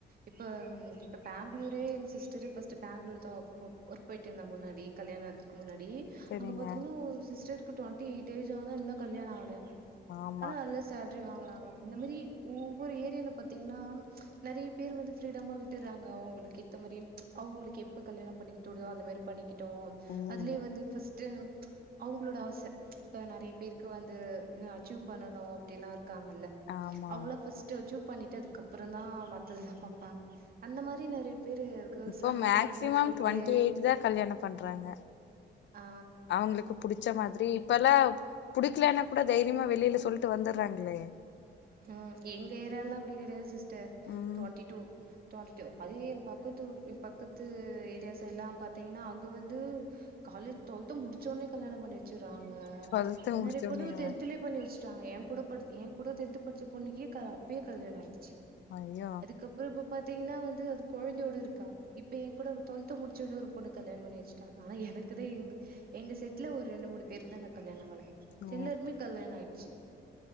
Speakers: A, on the right (about 55°); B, on the left (about 75°).
A: இப்ப ம் இப்ப பேங்ளுரே எங்க சிஸ்டரே பஸ்ட்டு பேங்ளூர் தா ஒர்க் பொப் ஒர்க் போயிட்ருந்தா முன்னாடி. கல்யாணாதுக்கு முன்னாடி
B: சரிங்க
A: அங்க பாத்தீங்னா ஒரு சிஸ்டருக்கு ட்வெண்ட்டி ஏய்ட் ஏஜ் ஆவுதா இன்னு கல்யாண ஆவ்லயா.
B: ஆமா
A: ஆனா நல்ல சேல் லரி வாங்கறாங்களா இந்த மாரி ஒவ்வொரு ஏரியால பாத்தீங்கன்னா நெறைய பேர் வந்து ஃபிரிடமா விட்டுறாங்க அவுங்களுக் ஏத்த மாரி அவுங்குளுக் எப்ப கல்யாண பண்ணிக்க தோனுதோ அந்த மாரி பண்ணிக்கிட்டு
B: ம்
A: அதுலயே வந்து இப்ப டும் அவுங்களோட ஆச இப்ப நெறைய பேருக்கு வந்து ந அச்சீவ் பண்ணனு அப்டிலா இருக்காங்கல்ல
B: ஆமா
A: அவுங்களா
B: ஆமா
A: ஃபஸ் டு அச்சுவ் பண்ணிட்டு அதுக்கப்பரந்தா மத்ததெல்லா பாப்பாங்க அந்த மாரி நெறய பேரு கேர்ள்ஸ்லா
B: இப்போ
A: ஃபாரின்லா
B: மேக்சிமம்
A: போயிட்டு
B: டுவெண்ட்டி ஏயிட் தா கல்யாணொ பண்றாங்க
A: ஆ
B: அவுங்களுக் புடிச்ச மாதிரி இப்பலா புடிக்கலனா கூட தைரியமா வெளில சொல்லிட்டு வந்துற்றாங்லே.
A: ம் எங்க ஏரியாலல்லா அப்டி கெடையாது சிஸ்டர்
B: ம்
A: டுவெண்ட்டி டூ டுவண்டி டூ அதுவே பக்கத்துரு பக்கத்து ஏரியாஸ்ஸெய்ட்லா பாத்தீங்னா அங்க வந்து காலேஜ் டுவெல்த் முடிச்சோனே கலியாணம் பண்ணிவச்சிறாங்க
B: டுவெல்த் முடிச்சோனயா
A: நெறைய பொண்ணுங்க டென்த்துலே பண்ணி வச்ட்டாங்க ஏங்கூட படு ஏ கூட டென்த் படிச்ச பொண்ணுக்கே க அப்பே கல்யாண ஆய்டுச்சு.
B: ஐயோ
A: அதுக்கப்பற இப்ப பாத்தீங்ன்னா வந்து அது கொழந்தையோடு இருக்கா. இப்ப ஏங்கூட டுவல்த்து முடிச்சோனே ஒரு பொண்ண கல்யாண பண்ணி வச்சுட்டாங்க ஆனா எனக்குதா எங்க எங்க செட்ல ஒரு ரெண்டு மூணு பேருக்கு தா இந்த கல்யான ஆகல
B: ஓ
A: எல்லருக்மே கல்யாண ஆயிர்ச்சு.